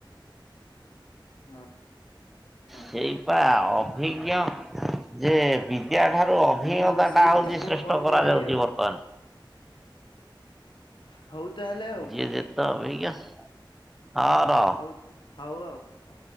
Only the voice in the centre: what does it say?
ସେଇପା ଅଭିଜ୍ଞ ଯେ ବିଦ୍ୟାଠାରୁ ଅଭିଜ୍ଞତାଟା
ହେଉଛି
ଶ୍ରେଷ୍ଠ
କରାଯାଉଛି
ବର୍ତ୍ତମାନ।
ଯିଏ ଯେତ ଅଭିଜ୍ଞସ ହଁ ର।